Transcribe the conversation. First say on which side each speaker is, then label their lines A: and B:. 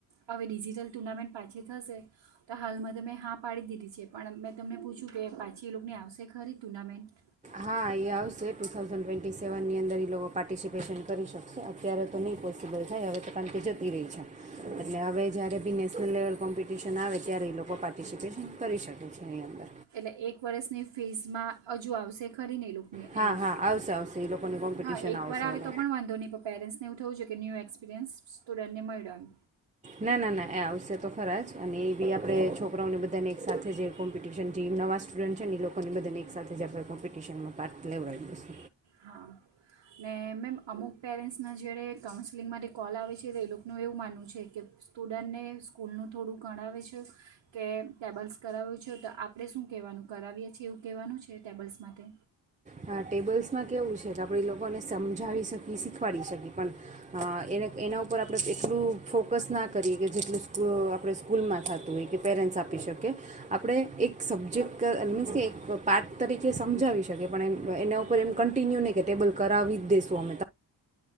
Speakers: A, on the right; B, on the right.
A: હવે ડિજિટલ ટુર્નામેન્ટ પાછી થશે, તો હાલમાં ત મેં હા પાડી દીધી છે પણ મેં તમને પૂછ્યું કે પાછી એ લોકોની આવશે ખરી ટુર્નામેન્ટ?
B: હા એ આવશે ટુ થાઉઝન્ડ ટ્વેન્ટી સેવનની અંદર એ લોકો પાર્ટિસિપેશન કરી શકશે અત્યારે તો નહીં પોસિબલ થાય હવે તો કારણ કે જતી રહી છે, એટલે હવે જ્યારે બી નેશનલ લેવલ કોમ્પિટિશન આવે ત્યારે એ લોકો પાર્ટિસિપેશન કરી શકે છે એ અંદર.
A: એટલે એક વર્ષની ફીઝમાં હજુ આવશે ખરીને ને
B: હા
A: એવું,
B: હા આવશે આવશે એ લોકોની કોમ્પિટિશન
A: હા એકવાર
B: આવશે
A: આવે
B: અલગ
A: તો પણ વાંધો નહીં પણ પેરેન્ટ્સને એવું થવું છે કે ન્યૂ એક્સપિરિયન્સ સ્ટુડન્ટને મેઇડો એમ.
B: ના ના ના એ આવશે તો ખરા જ અને એ બી આપડે છોકરાઓને બધાને એક સાથે જે કોમ્પિટશન જે નવા સ્ટુડન્ટ છે એ લોકોને બધાને એક સાથે જ આપણે ક કોમ્પિટિશનમાં પાર્ટ લેવાય શું.
A: હા, ને મેમ અમુક પેરેન્ટ્સના જેડે કાઉન્સેલિંગ માટે કોલ આવે છે તો એ લોકોનું એવું માનવું છે કે સ્ટુડન્ટને સ્કૂલનું થોડું ગણાવે છે, કે ટેબલ્સ કરાવ્યું છે તો આપડે શું કહેવાનું કરાવીએ છીએ એવું કહેવાનું છે ટેબલ્સ માટે.
B: હા ટેબલ્સ માં કેવું છે ક એ લોકોને સમજાવી શકી શીખવાડી શકી પણ, એને એના ઉપ ઉપર આપડે કેટલું ફોકસ ના કરીએ કે જેટલું સ્ક આપડે સ્કૂલમાં થતું હોય કે પેરેન્ટ્સ આપી શકીએ, આપડે એક સબ્જેક્ટ મીન્સ કે એક પાર્ટ તરીકે સમજાવી શકીએ પણ એમ એના ઉપર એમ કન્ટિન્યુ નહીં કે ટેબલ કરાવી જ દેશું અમે ત